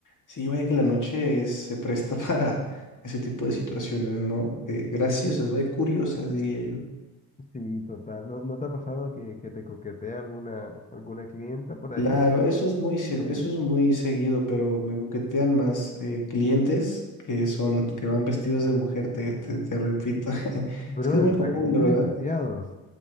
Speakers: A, on the left; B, on the left.
A: Sí, vaya que la noche es- se presta <laughs> para ese tipo de situaciones, ¿no? Eh, graciosas, vaya, curiosas, diría yo.
B: Sí, total. ¿No, no te ha pasado que, que te coquetea alguna, alguna clienta por ahí?
A: Claro, eso es muy, se- eso es muy seguido, pero me coquetean más eh, clientes que son, que van vestidos de mujer, te, te, te repito. <laughs>
B: Brother,
A: Es que es muy
B: hasta
A: común,
B: que tienes
A: de verdad.
B: demasiados.